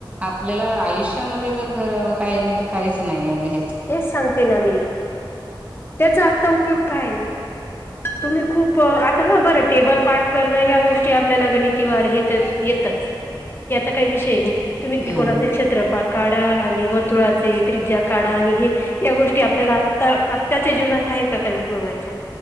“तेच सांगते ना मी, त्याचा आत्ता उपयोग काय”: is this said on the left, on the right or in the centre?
Left